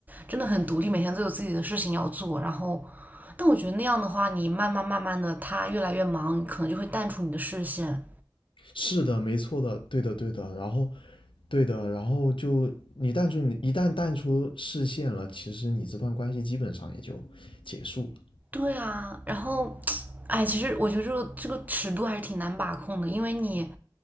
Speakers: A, on the right; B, on the left.
A: 真的很独立，每天都有自己的事情要做。然后，但我觉得那样的话，你慢慢慢慢的，她越来越忙，可能就会淡出你的视线。
B: 是的，没错的，对的，对的。然后，对的，然后就你淡出你一旦淡出视线了，其实你这段关系基本上也就结束了。
A: 对啊，然后，哎，其实我觉得这个这个尺度还是挺难把控的，因为你